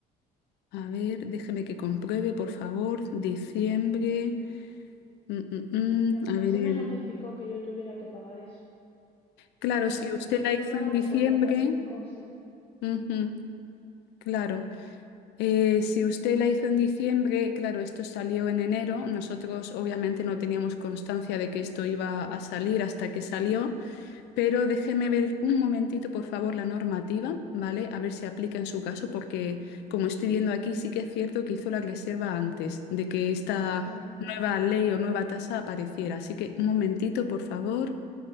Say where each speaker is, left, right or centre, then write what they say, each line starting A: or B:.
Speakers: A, on the left; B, on the left.
A: A ver, déjeme que compruebe, por favor. Diciembre. Mm, mm, mm.
B: Y a mí
A: A
B: no
A: ver,
B: se
A: en-
B: me notificó que yo tuviera que pagar eso.
A: claro,
B: No me
A: si
B: parece
A: usted
B: justo
A: la hizo
B: que ahora
A: en
B: me
A: diciembre,
B: encuentre con este coste.
A: ujú, claro. Eh, si usted la hizo en diciembre, claro, esto salió en enero. Nosotros obviamente no teníamos constancia de que esto iba a salir hasta que salió, pero déjeme ver un momentito, por favor, la normativa, ¿vale? A ver si aplica en su caso, porque como estoy viendo aquí, sí que es cierto que hizo la reserva antes de que esta
B: Sí.
A: nueva ley o nueva tasa apareciera. Así que un momentito, por favor.